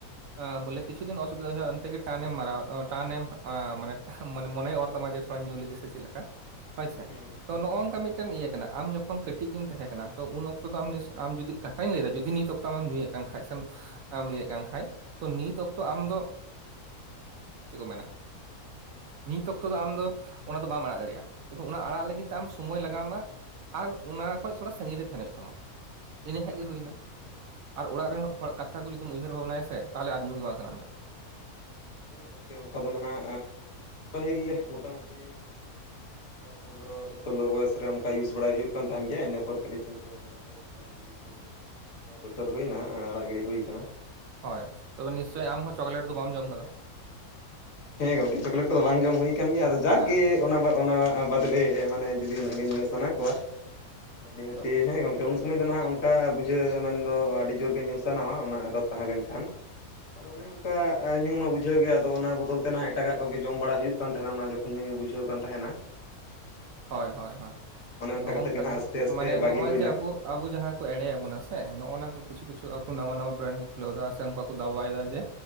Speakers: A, on the right; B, on the left.
A: ᱟ ᱵᱚᱞᱮ ᱠᱤᱪᱷᱩ ᱫᱤᱱ ᱚᱥᱩᱵᱤᱫᱷᱟ ᱦᱩᱭᱩᱜ ᱚᱱ ᱛᱮᱜᱮ ᱴᱟᱱᱮᱢ ᱢᱟᱨᱟᱣ ᱴᱟᱱᱮᱢ ᱢᱟᱱᱮ ᱢᱟᱱᱮ ᱢᱚᱱᱮᱭ ᱚᱨ ᱛᱟᱢᱟ ᱡᱮ ᱛᱷᱚᱲᱟ ᱧᱩ ᱞᱟᱹᱜᱤᱫ ᱥᱮ ᱪᱮᱫ ᱞᱮᱠᱟ ᱾ ᱦᱳᱭ ᱥᱮ
B: ᱦᱩᱸ
A: ᱛᱚ ᱱᱚᱜᱼ ᱱᱚᱝᱠᱟ ᱢᱤᱫ ᱴᱮᱱ ᱤᱭᱟᱹ ᱠᱟᱱᱟ᱾ ᱟᱢ ᱡᱚ ᱠᱷᱚᱱ ᱠᱟᱹᱴᱤᱡ ᱜᱮᱢ ᱛᱟᱦᱮᱸ ᱠᱟᱱᱟ ᱛᱚ ᱩᱱ ᱚᱠᱛᱚ ᱫᱚ ᱟᱢ ᱡᱩᱫᱤ ᱠᱟᱛᱷᱟᱧ ᱞᱟᱹᱭᱮᱫᱟ ᱡᱩᱫᱤ ᱱᱤᱛ ᱚᱠᱛᱚᱮᱢ ᱧᱩᱭᱮᱫ ᱠᱟᱱ ᱠᱷᱟᱡ ᱥᱮᱢ <inaudible> ᱱᱤᱛ ᱚᱠᱛᱚ ᱟᱢ ᱫᱚ ᱪᱮᱫ ᱠᱚ ᱢᱮᱱᱟ ᱱᱤᱛ ᱚᱠᱛᱚ ᱫᱚ ᱟᱢᱫᱚ ᱚᱱᱟ ᱫᱚ ᱵᱟᱢ ᱟᱲᱟᱜ ᱫᱟᱲᱮᱭᱟᱜᱼᱟ, ᱚᱱᱟ ᱟᱲᱟᱜ ᱞᱟᱹᱜᱤᱫ ᱛᱮ ᱟᱢ ᱥᱚᱢᱚᱭ ᱞᱟᱜᱟᱣ ᱢᱟ ᱟᱨ ᱚᱱᱟ ᱠᱷᱚᱡ ᱛᱷᱚᱲᱟ ᱥᱟᱺᱜᱤᱧ ᱨᱮ ᱛᱟᱦᱮᱱ ᱦᱩᱭᱩᱜ ᱛᱟᱢᱟ᱾ ᱤᱱᱟᱹ
B: ᱦᱩᱸ
A: ᱠᱷᱟᱱ
B: ᱱᱤᱦᱟᱹᱛᱤ
A: ᱜᱮ ᱦᱩᱭᱱᱟ᱾
B: ᱱᱤᱦᱟᱹᱛᱤ
A: ᱟᱨ ᱚᱲᱟᱜ ᱨᱮᱱ ᱦᱚᱲ ᱠᱟᱛᱷᱟ ᱠᱩᱢ ᱩᱭᱦᱟᱹᱨ ᱵᱷᱟᱵᱱᱟᱭᱟ ᱥᱮ ᱛᱟᱦᱚᱞᱮ ᱟᱨ ᱧᱩ ᱜᱮ ᱵᱟᱝ ᱥᱟᱱᱟ ᱢᱮᱭᱟ ᱾
B: ᱦᱮᱸ ᱜᱚᱝᱠᱮ ᱚᱱᱠᱟ ᱫᱚ ᱱᱟᱦᱟᱜ ᱯᱟᱹᱦᱤᱞ ᱢᱚᱴᱟ ᱢᱩᱴᱤ ᱯᱚᱱᱫᱽᱨᱚ, ᱥᱳᱞᱳ ᱵᱚᱭᱚᱥ ᱨᱮ ᱚᱱᱠᱟ ᱤᱭᱩᱥ ᱵᱟᱲᱟᱭ ᱦᱩᱭᱩᱜ ᱠᱟᱱ ᱛᱟᱦᱮᱱ ᱜᱮᱭᱟ᱾ ᱤᱱᱟᱹ ᱯᱚᱨ ᱠᱟᱹᱴᱤᱡ ᱪᱤᱱᱛᱟᱹ ᱵᱷᱟᱵ ᱱᱟ ᱠᱟᱛᱮᱫ ᱫᱩ ᱛᱤᱱ ᱵᱚᱪᱷᱚᱨ ᱦᱩᱭᱱᱟ ᱟᱲᱟᱜ ᱜᱤᱲᱤ ᱦᱩᱭ ᱠᱟᱱᱟ ᱾
A: ᱦᱳᱭ ᱛᱚᱵᱮ ᱱᱤᱥᱪᱳᱭ ᱟᱢ ᱦᱚᱸ ᱪᱚᱠᱞᱮᱴ ᱫᱚ ᱵᱟᱢ ᱡᱚᱢ ᱠᱟᱫᱟ ᱾
B: ᱦᱮᱸ ᱜᱚᱝᱠᱮ ᱪᱚᱠᱞᱮᱴ ᱠᱚᱫᱚ ᱵᱟᱝ ᱡᱚᱢ ᱦᱩᱭ ᱠᱟᱱᱟᱱ ᱜᱮᱭᱟ᱾ ᱟᱫᱚ ᱡᱟᱠ
A: ᱦᱮᱸ
B: ᱜᱮ ᱚᱱᱟ, ᱚᱱᱟ ᱵᱟᱫ ᱞᱮ ᱢᱟᱱᱮ ᱡᱩᱫᱤ ᱩᱱᱟᱹᱜ ᱜᱮ ᱧᱩ ᱧᱩ ᱥᱟᱱᱟ ᱠᱚᱣᱟ, ᱱᱤᱦᱟᱹᱛᱤ
A: ᱛᱚ
B: ᱦᱮᱸ ᱜᱚᱝᱠᱮ ᱾ ᱥᱩᱢᱚᱭ ᱫᱚ ᱱᱟᱦᱟᱜ ᱚᱱᱠᱟ ᱵᱩᱡᱷᱟᱹᱣ ᱢᱮᱱ ᱫᱚ ᱟᱹᱰᱤ ᱡᱳᱨ ᱜᱮ ᱧᱩ ᱥᱟᱱᱟᱣᱟ ᱚᱱᱟ ᱟᱫᱚᱛ ᱛᱟᱦᱮᱸ ᱞᱮᱱ ᱠᱷᱟᱱ ᱟᱫᱚ ᱚᱱᱮ ᱚᱱᱠᱟ ᱧᱩ ᱢᱟ ᱵᱩᱡᱷᱟᱹᱣ ᱜᱮᱭᱟᱢ ᱾ ᱟᱫᱚ ᱚᱱᱟ ᱵᱚᱫᱚᱞ ᱛᱮ ᱱᱟᱦᱟᱜ ᱮᱴᱟᱜᱟᱜ ᱠᱚᱜᱮ ᱡᱚᱢ ᱵᱟᱲᱟ ᱦᱩᱭᱩᱜ ᱠᱟᱱ ᱛᱟᱦᱮᱱᱟ, ᱚᱱᱟ ᱡᱚᱠᱷᱚᱱ ᱧᱩ, ᱧᱩ ᱵᱩᱡᱷᱟᱹᱣ ᱠᱟᱱ ᱛᱟᱦᱮᱱᱟ ᱾
A: ᱦᱳᱭ, ᱦᱳᱭ, ᱦᱳᱭ
B: ᱚᱱᱮ ᱚᱱᱠᱟ
A: ᱱᱚᱝᱠᱟ
B: ᱠᱟᱛᱮᱫ ᱱᱟᱦᱟᱜ
A: ᱜᱮ
B: ᱟᱥᱛᱮ ᱟᱥᱛᱮ
A: ᱢᱟᱱᱮ
B: ᱵᱟᱹᱜᱤ
A: ᱱᱚᱜᱼᱚᱭ
B: ᱦᱩᱭᱱᱟ
A: ᱡᱮ ᱟᱵᱚ ᱟᱵᱚ ᱡᱟᱦᱟᱸᱭ ᱠᱚ ᱮᱲᱮ ᱮᱫ ᱵᱚᱱᱟ ᱥᱮ ᱱᱚᱜᱼᱱᱟ ᱠᱚ ᱠᱤᱪᱷᱩ, ᱠᱤᱪᱷᱩ ᱟᱠᱚ ᱱᱟᱣᱟ ᱱᱟᱣᱟ ᱵᱨᱮᱱᱰ ᱠᱚ ᱠᱷᱩᱞᱟᱹᱣᱫᱟ ᱥᱮ ᱚᱱᱠᱟ ᱠᱚ ᱫᱟᱣᱵᱟᱭᱮᱫᱟ ᱡᱮ